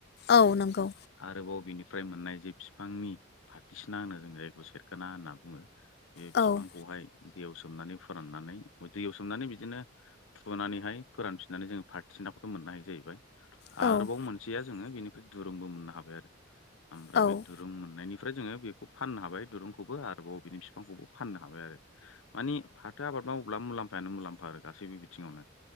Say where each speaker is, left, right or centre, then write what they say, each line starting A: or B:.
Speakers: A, on the left (about 50°); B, on the left (about 80°).
A: औ नंगौ।
B: आरोबाव बिनिफ्राय मोननाय जे फिफांनि फाथसिना होनो जों जायखौ सेरखोना होनना बुङो बे
A: औ
B: फिफांखौहाय दैयाव सोमनानै फोराननानै ओ दैयाव सोमनानै बिदिनो थुनानैहाय फोरानफिननानै जोंङो फारथिसिनाखौथ' मोननो हायो जाहैबाय।
A: औ
B: आरोबाव मोनसेया जोङो बेनिफ्राय दुरुंबो मोननो हाबाय आरो ओमफ्राय
A: औ
B: बे दुरुं मोननायनि ओमफ्राय जोङो बेखौ फाननो हाबाय दुरुंखौबो आरोबाव बेनि फिफांखौबो फाननो हाबाय आरो। मानि फाथो आबाद मावोब्ला मुलाम्फायानो मुलाम्फा आरो गासैबो बिथिङावनो।